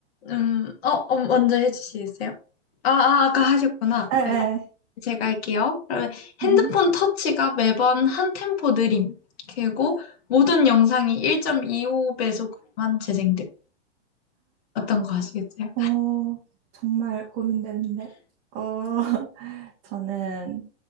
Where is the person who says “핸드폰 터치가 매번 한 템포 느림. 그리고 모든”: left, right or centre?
Left